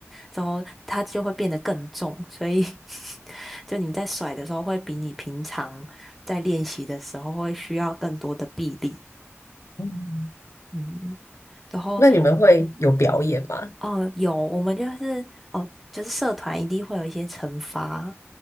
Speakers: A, in the centre; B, on the left (about 80°).
A: 之后它就会变得更重，所以 <laughs> 就你在甩的时候会比你平常。在练习的时候会需要更多的臂力，
B: 嗯，
A: 嗯，然后，
B: 那你们会有表演吗？
A: 嗯哦，有，我们就是哦，就是社团一定会有一些惩罚，